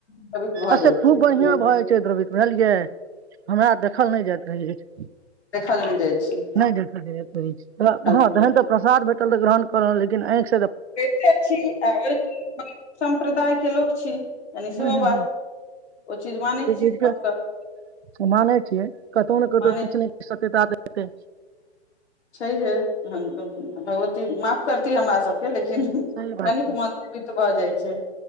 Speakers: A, on the left (about 80°); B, on the right (about 70°).
A: द्रवित भऽ
B: आ से
A: जाइ
B: खूब
A: छै
B: बढ़िआं
A: ककरो
B: भए जाइ छै द्रवित बुझलियै हमरा देखल नहि जाइत रहि अछि
A: देखल नहि जाइ छै
B: नहि
A: देखल
B: हँ
A: नहि
B: तहन
A: जाइ छै।
B: तऽ प्रसाद भ ऽ ग्रहण कलहुँ लेकिन आँख से
A: <unintelligible> सम्प्रदायके लोक छी कनी
B: हूँ
A: सेहो
B: हूँ
A: बात ओ चीज मानै छी
B: <unintelligible>
A: हमसभ
B: मानै छियै कतहु ने कतहु
A: मानै
B: किछु ने किछु सत्यताऽ हेतै
A: छै हे भगवती माफ करतीै हमरा सबके लेकिन
B: सही
A: कनिक
B: बात
A: मन द्रवित भऽ जाइ छै